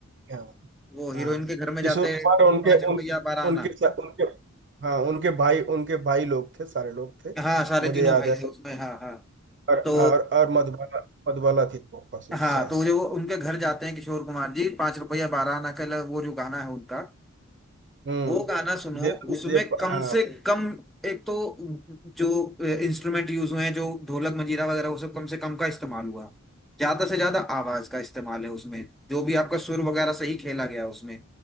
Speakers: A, on the right; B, in the centre.
A: हाँ
B: वो हीरोइन
A: हाँ
B: के घर में
A: किशोर
B: जाते
A: कुमार
B: हैं
A: उनके
B: पांच रुपया
A: उन
B: बारह आना
A: उनके सा- उनके हाँ उनके भाई उनके भाई लोग थे सारे लोग थे
B: हाँ सारे
A: मुझे
B: तीनों
A: याद
B: भाई
A: है
B: थे उसमें हाँ हाँ
A: और
B: तो
A: और, और मधुबाला मधुबाला थी वो पशु
B: हाँ
A: शायद
B: तो जो वो उनके घर जाते हैं किशोर कुमार जी पांच रुपया बारह आना का ल- वो जो गाना है उनका
A: हम्म
B: वो गाना सुनो
A: दे तो
B: उसमें
A: मुझे प-
B: कम
A: हाँ
B: से कम एक तो जो इंस्ट्रूमेंट यूज हुए हैं जो ढोलक मंजीरा वगैरह वो सब कम से कम का इस्तेमाल हुआ ज्यादा से ज्यादा आवाज का इस्तेमाल है उसमें जो भी आपका सुर वगैरह सही खेला गया है उसमें